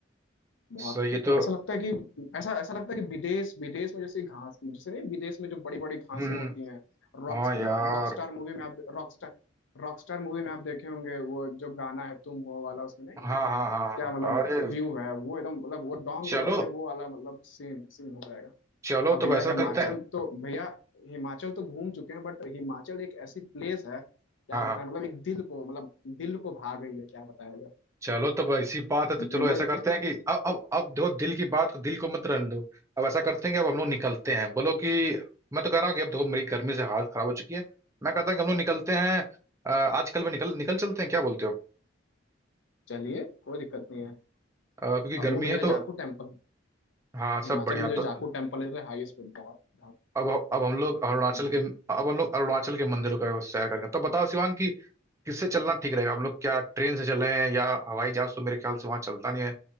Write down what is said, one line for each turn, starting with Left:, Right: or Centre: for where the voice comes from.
Left: बहुत
Right: सही है तो
Left: ऐसा लगता है कि ऐसा ऐसा लगता है कि विदेश विदेश में जैसे घास जैसे नहीं विदेश में जो बड़ी बड़ी घासें
Right: हम्म
Left: होती हैं रॉक
Right: हाँ यार
Left: रॉकस्टार मूवी में आप रॉकस्टार रॉकस्टार मूवी में आप देखे होंगे वो जो गाना है तुम हो वाला उसमें नहीं
Right: हाँ
Left: है
Right: हाँ हाँ
Left: क्या मतलब
Right: हाँ। अरे
Left: व्यू है वो एकदम मतलब वो डोंग
Right: चलो
Left: वैली में वो वाला मतलब सीन सीन हो जाएगा
Right: चलो
Left: अब भैया
Right: तो ऐसा
Left: हिमाचल
Right: करते हैं
Left: तो भैया हिमाचल तो घूम चुके हैं बट हिमाचल एक ऐसी प्लेस है क्या
Right: हाँ
Left: बताएं
Right: हाँ।
Left: मतलब एक दिल को मतलब दिल को भा गई है क्या बताया
Right: चलो तो अब ऐसी बात है तो
Left: जाए
Right: चलो
Left: वो
Right: ऐसा करते हैं कि अब अब अब देखो दिल की बात को दिल को मत रहने दो अब ऐसा करते हैं कि अब हम लोग निकलते हैं बोलो कि मैं तो कह रहा हूँ कि अब देखो मेरी गर्मी से हालत खराब हो चुकी है मैं कहता हूँ कि हम लोग निकलते हैं अ, आजकल में निकल निकल चलते हैं क्या बोलते हो
Left: चलिए कोई दिक्कत नहीं है
Right: अ, क्योंकि गर्मी
Left: अब वो भैया
Right: है तो
Left: जाकू टेम्पल
Right: हाँ सब
Left: हिमाचल
Right: बढ़िया
Left: में जो
Right: तो
Left: जाकू टेम्पल है तो हाईएस्ट पे बहुत बहुत
Right: अब अब हम लोग
Left: बहुत
Right: अरुणाचल
Left: बेस्ट
Right: के
Left: है
Right: अब हम लोग अरुणाचल के मंदिरों का सैर करेंगे तो बताओ शिवांग कि किससे चलना ठीक रहेगा हम लोग क्या ट्रेन से चलें या हवाई जहाज तो मेरे ख्याल से वहां चलता नहीं है